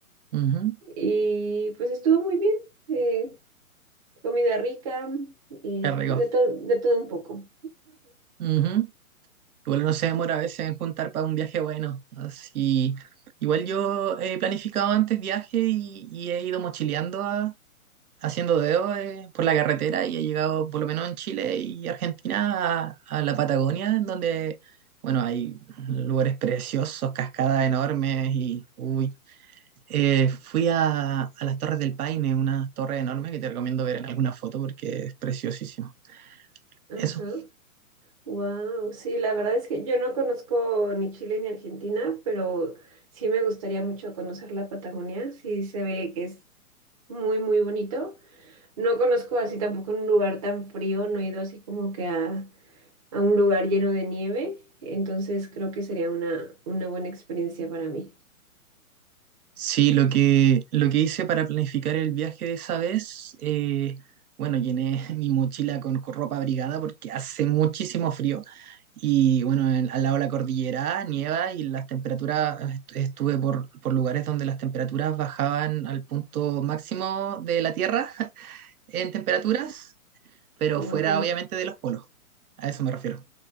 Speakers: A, on the right (about 85°); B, on the right (about 25°).
A: Ujú,
B: Y pues estuvo muy bien Eh, Comida rica, y
A: Qué rico.
B: de todo, de todo un poco.
A: Ujú. Igual no se demora a veces en juntar para un viaje bueno. Así, igual yo he planificado antes viaje y, y he ido mochileando, a- haciendo dedos eh, por la carretera y he llegado, por lo menos en Chile y Argentina, a, a la Patagonia, en donde, bueno, hay lugares preciosos, cascadas enormes y, uy, Eh, fui a, a las Torres del Paine, una torre enorme que te recomiendo ver en alguna foto porque es preciosísimo.
B: Ajá.
A: Eso.
B: Wow, sí, la verdad es que yo no conozco ni Chile ni Argentina, pero sí me gustaría mucho conocer la Patagonia. Sí se ve que es muy, muy bonito. No conozco así tampoco un lugar tan frío, no he ido así como que a, a un lugar lleno de nieve. Entonces creo que sería una, una buena experiencia para mí.
A: Sí, lo que, lo que hice para planificar el viaje de esa vez, eh, bueno, llené <laughs> mi mochila con co- ropa abrigada porque hace muchísimo frío. Y bueno, en- al lado de la cordillera nieva y las temperaturas, est- estuve por, por lugares donde las temperaturas bajaban al punto máximo de la Tierra <laughs> en temperaturas, pero
B: Wow.
A: fuera obviamente de los polos. a eso me refiero.